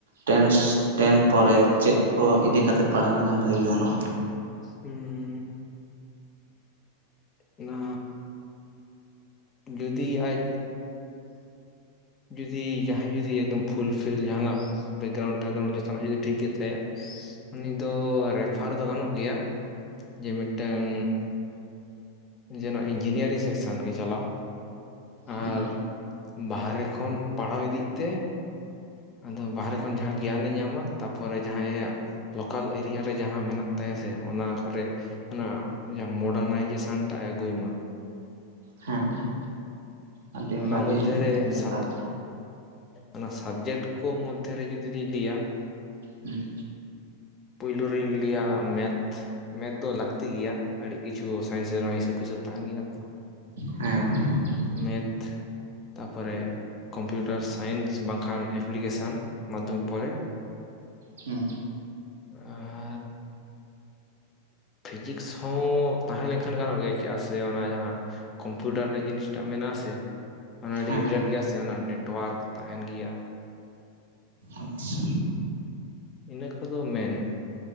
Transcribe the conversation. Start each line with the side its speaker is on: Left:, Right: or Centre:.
Right: ᱴᱮᱱᱥ
Left: ᱦᱚᱸ ᱦᱚᱸ
Right: ᱴᱮᱱ ᱯᱚᱨᱮ ᱪᱮᱫ ᱠᱚ ᱤᱫᱤᱠᱟᱛᱮᱫ ᱯᱟᱲᱦᱟᱣ ᱞᱮᱱᱠᱷᱟᱱ ᱵᱷᱟᱹᱜᱤ ᱜᱟᱱᱚᱜᱼᱟ
Left: ᱦᱮᱸ ᱚᱱᱟ ᱡᱩᱫᱤ ᱟᱡ ᱡᱩᱫᱤ ᱡᱟᱦᱟᱸᱭ ᱡᱩᱫᱤ ᱮᱠᱫᱚᱢ ᱯᱷᱩᱞᱯᱷᱤᱞ ᱡᱟᱦᱟᱸᱱᱟᱜ ᱵᱮᱠᱜᱨᱟᱣᱩᱱᱰ ᱴᱮᱠᱨᱟᱩᱱᱰ ᱡᱚᱛᱱᱟᱜ ᱡᱩᱫᱤ ᱴᱷᱤᱠ ᱜᱮ ᱛᱟᱭᱟ ᱩᱱᱤ ᱫᱚ ᱨᱮᱯᱷᱟᱨ ᱫᱚ ᱜᱟᱱᱚᱜ ᱜᱮᱭᱟ ᱡᱮ ᱢᱤᱫᱴᱟᱝ ᱡᱮᱱᱚ ᱤᱧᱡᱤᱱᱤᱭᱟᱨᱤᱝ ᱥᱮᱠᱥᱚᱱ ᱜᱮ ᱪᱟᱞᱟᱣ
Right: ᱦᱩᱸ
Left: ᱟᱨ ᱵᱟᱦᱨᱮ ᱠᱷᱚᱱ ᱯᱟᱲᱦᱟᱣ ᱤᱫᱤᱜ ᱛᱮ ᱟᱫᱚ ᱵᱟᱦᱨᱮ ᱠᱷᱚᱱ ᱡᱟᱦᱟ ᱜᱮᱭᱟᱱᱮ ᱧᱟᱢᱟ ᱛᱟᱨᱯᱚᱨᱮ ᱡᱟᱦᱟᱭᱟᱜ ᱞᱳᱠᱟᱞ ᱮᱨᱤᱭᱟ ᱨᱮ ᱡᱟᱦᱟ ᱢᱮᱱᱟᱜ ᱛᱟᱭᱟ ᱥᱮ ᱚᱱᱟ ᱠᱚᱨᱮ ᱚᱱᱟ ᱢᱚᱰᱟ ᱱᱟᱭᱡᱮᱥᱚᱱ ᱴᱟᱜ ᱟᱹᱜᱩᱭ ᱢᱟ᱾
Right: ᱦᱮᱸ ᱜᱚᱝᱠᱮ ᱟᱹᱰᱤ
Left: ᱚᱱᱟ
Right: ᱵᱷᱟᱹᱜᱤ
Left: ᱢᱚᱫᱽᱫᱷᱮ
Right: ᱡᱩᱠᱛᱤᱵᱤᱱ
Left: ᱨᱮ
Right: ᱫᱮᱠᱷᱟᱣᱟ
Left: ᱥᱟᱵ ᱚᱱᱟ ᱥᱟᱵᱡᱮᱠᱴ ᱠᱚ ᱢᱚᱫᱽᱫᱷᱮᱨᱮ ᱡᱩᱫᱤ ᱞᱤᱧ ᱞᱟᱹᱭᱟ
Right: ᱦᱮᱸ
Left: ᱯᱩᱭᱞᱳ ᱨᱮᱧ ᱞᱟ. ᱭ ᱢᱮᱛᱷ ᱢᱮᱛᱷ ᱫᱚ ᱞᱟᱹᱠᱛᱤ ᱜᱮᱭᱟ ᱟᱹᱰᱤ ᱠᱤᱪᱷᱩ ᱥᱟᱭᱮᱱᱥ ᱨᱮ ᱦᱤᱥᱟᱹᱵ ᱠᱤᱥᱟᱹᱵ ᱛᱟᱦᱮᱸᱱ ᱜᱮᱭᱟ ᱛᱚ
Right: ᱦᱮᱸ ᱜᱚᱢᱠᱮ᱾
Left: ᱱᱤᱛᱷ ᱛᱟᱯᱚᱨᱮ ᱠᱚᱢᱯᱤᱭᱩᱴᱟᱨ ᱥᱟᱭᱮᱱᱥ ᱵᱟᱝᱠᱷᱟᱱ ᱮᱯᱞᱤ ᱠᱮᱥᱟᱞ ᱢᱟᱫᱽᱫᱷᱚᱢᱤᱠ ᱯᱚᱨᱮ
Right: ᱦᱩᱸ
Left: ᱟᱻᱟ ᱯᱷᱤᱡᱤᱠᱥ ᱦᱚᱸ ᱛᱟᱦᱮᱸ ᱞᱮᱱᱠᱷᱟᱱ ᱜᱟᱱᱚᱜ ᱜᱮᱭᱟ ᱪᱮᱫᱟᱜ ᱥᱮ ᱚᱱᱟ ᱡᱟᱦᱟᱸ ᱠᱚᱢᱯᱤᱭᱩᱴᱟᱨ ᱨᱮᱱᱟᱜ ᱡᱤᱱᱤᱥᱴᱟ ᱢᱮᱱᱟᱜᱼᱟ ᱟᱥᱮ, ᱚᱱᱟ ᱟᱹᱰᱤ
Right: ᱦᱮᱸ
Left: ᱨᱤᱭᱟᱴ
Right: ᱜᱚᱝᱠᱮ
Left: ᱜᱮᱭᱟ ᱥᱮ ᱚᱱᱟ ᱱᱮᱴᱚᱣᱟᱨᱠ ᱛᱟᱦᱮᱱ ᱜᱮᱭᱟ᱾
Right: ᱟᱪᱪᱷᱟ
Left: ᱤᱱᱟᱹ ᱠᱚᱫᱚ ᱢᱮᱱ